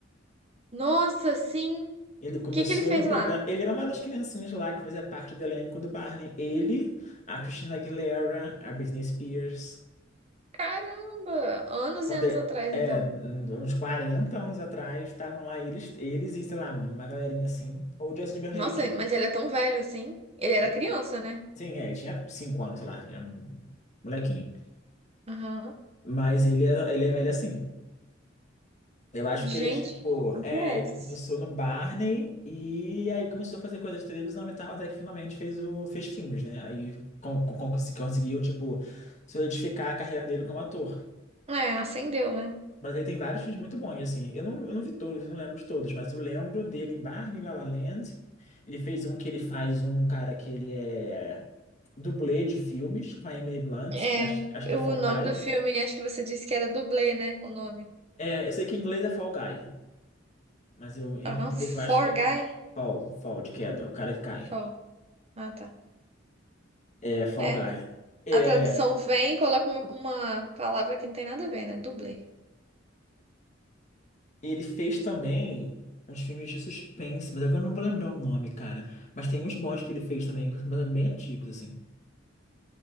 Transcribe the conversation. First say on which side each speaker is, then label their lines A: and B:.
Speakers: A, on the right; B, on the left.
A: Nossa, sim. O
B: Ele começou
A: que que ele fez
B: no programa.
A: lá?
B: Ele era uma das criancinhas lá que fazia parte do elenco do Barney. Ele, a Christina Aguilera, a Britney Spears.
A: Caramba! Anos
B: Quando
A: e anos
B: é,
A: atrás,
B: é,
A: então.
B: uns 40 anos atrás, estavam lá eles, eles e, sei lá, uma galerinha assim. Ou Justin Timberlake.
A: Nossa, mas ele é tão velho assim. Ele
B: Ele,
A: era criança, né?
B: sim, é, ele tinha 5 anos, sei lá. Era um molequinho.
A: Aham.
B: Mas ele, é ele é velho assim. Eu acho
A: Gente,
B: que ele é tipo.
A: não
B: É,
A: parece.
B: ele ele começou no Barney e aí começou a fazer coisa de televisão e tal, até que finalmente fez, o, fez filmes, né? Aí con- con- con- conseguiu, tipo, solidificar a carreira dele como ator.
A: É, acendeu, né?
B: Mas ele tem vários filmes muito bons, assim. Eu não, eu não vi todos, não lembro de todos, mas eu lembro dele em Barbie, La La Land. Ele fez um que ele faz um cara que ele é dublê de filmes com a Emily Blunt,
A: É,
B: que acho, acho
A: eu-
B: que é Fall
A: o nome
B: Guy.
A: do filme, acho que você disse que era dublê, né? O nome.
B: É, eu sei que em inglês é Fall Guy. Mas eu, em
A: Aham,
B: português
A: For
B: eu acho que é do-
A: Guy?
B: fall, fall de queda, o cara que cai.
A: For. Ah, tá.
B: É, Fall
A: É,
B: Guy. É,
A: a tradução vem e coloca uma, uma palavra que não tem nada a ver, né? Dublê.
B: ele fez também uns filmes de suspense, mas agora eu não vou lembrar o nome, cara. Mas tem uns bons que ele fez também, mas bem antigos, assim.